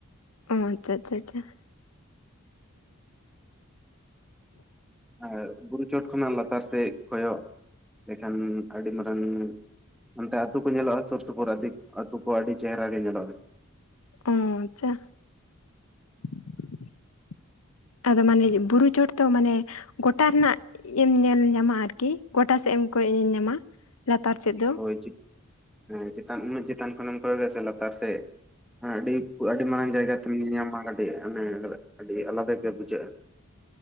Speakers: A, on the left; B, in the centre.
A: ᱚ, ᱟᱪᱪᱷᱟ ᱟᱪᱪᱷᱟ ᱟᱪᱪᱷᱟ ᱾
B: ᱟᱨ ᱵᱩᱨᱩ ᱪᱚᱴ ᱠᱷᱚᱱᱟᱜ ᱞᱟᱛᱟᱨ ᱥᱮᱫ ᱠᱚᱭᱚᱜ ᱞᱮᱠᱷᱟᱱ ᱟᱹᱰᱤ ᱢᱟᱨᱟᱝ ᱚᱱᱛᱮ ᱟᱹᱛᱩ ᱠᱚ ᱧᱮᱞᱚᱜᱼᱟ ᱥᱩᱨ ᱥᱩᱯᱩᱨ ᱟᱹᱫᱤ ᱟᱹᱛᱩ ᱠᱚ ᱟᱹᱰᱤ ᱪᱮᱦᱨᱟ ᱜᱮ ᱧᱮᱞᱚᱜᱼᱟ ᱾
A: ᱚ ᱟᱪᱪᱷᱟ ᱾ ᱟᱫᱚ ᱢᱟᱱᱮ ᱵᱩᱨᱩ ᱪᱚᱴ ᱛᱚ ᱢᱟᱱᱮ ᱜᱚᱴᱟ ᱨᱮᱱᱟᱜ ᱮᱢ ᱧᱮᱞ ᱧᱟᱢᱟ ᱟᱨᱠᱤ ᱾ ᱜᱚᱴᱟ ᱥᱮᱜ ᱮᱢ ᱠᱚᱭᱚᱜ ᱧᱮᱞᱧᱟᱢᱟ, ᱞᱟᱛᱟᱨ ᱥᱮᱫ ᱫᱚ
B: ᱦᱳᱭ ᱪᱤ ᱮᱸ ᱪᱮᱛᱟᱱ ᱩᱱᱟᱹᱜ ᱪᱮᱛᱟᱱ ᱠᱷᱚᱱᱮᱢ ᱠᱚᱭᱚᱜᱼᱟ ᱥᱮ ᱞᱟᱛᱟᱨ ᱥᱮᱫ ᱦᱮᱸ ᱟᱹᱰᱤ ᱠᱩ ᱟᱹᱰᱤ ᱢᱟᱨᱟᱝ ᱡᱟᱭᱜᱟ ᱛᱮᱢ ᱧᱮᱧᱟᱢᱟ ᱟᱹᱰᱤ ᱚᱱᱮ ᱟᱹᱰᱤ ᱟᱞᱟᱫᱟ ᱜᱮ ᱵᱩᱡᱷᱟᱹᱜᱼᱟ ᱾